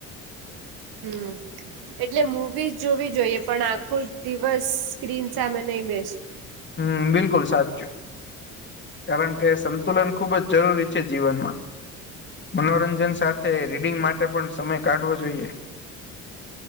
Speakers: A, on the right; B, on the left.
A: હમ્મ. એટલે મુવીઝ જોવી જોઈએ પણ આખો દિવસ સ સ્ક્રીન સામે નઇ બેસ
B: હમ્મ બિલકુલ સાચું. કારણ કે સંકુલન ખુબ જ જરૂરી છે જીવનમાં. મનોરંજન સાથે રીડિંગ માટે પણ સમય કાઢવો જોઈએ.